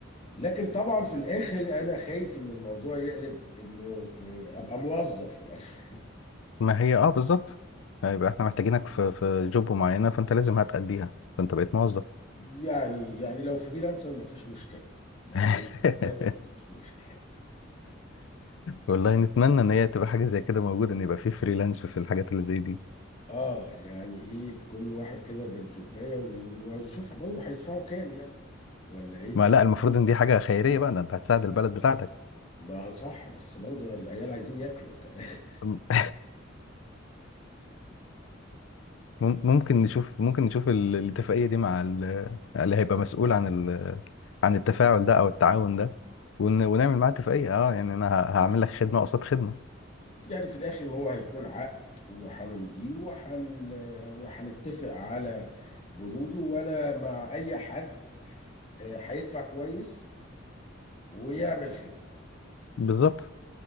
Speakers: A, on the left; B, on the left.
A: لكن طبعا في الاخر انا خايف ان الموضوع يقلب انه آه، ابقى موظف يعني <laughs>
B: ما هي أه بالظبط هيبقى إحنا محتاجينك في في جوب معينة فأنت لازم هتأديها فأنت بقيت موظف
A: يعني يعني لو فريلانسر مفيش مشكلة لو
B: <laughs>
A: بالنسبة لي مفيش مشكلة
B: والله نتمنى ان هي تبقى حاجه زي كده موجوده ان يبقى في فريلانس في الحاجات اللي زي دي
A: اه يعني ايه كل واحد كده بالجوباية وي- ونشوف برضه هيدفعوا كام يعني ولا ايه
B: ما لا المفروض ان دي حاجه خيريه بقى ده انت هتساعد البلد بتاعتك
A: ما هو صح بس برضه العيال عايزين ياكلوا انت فاهم
B: <laughs> مم- ممكن نشوف ممكن نشوف ال- الاتفاقيه دي مع ال- اللي هيبقى مسؤول عن ال... عن التفاعل ده او التعاون ده ون... ونعمل معاه اتفاقيه اه يعني انا ه- هعمل لك خدمه قصاد خدمه
A: <laughs> يعني في الاخر هو هيكون عقد وهنمضيه وهن وهنتفق على بنوده وانا مع اي حد آه، هيدفع كويس ويعمل خير
B: بالظبط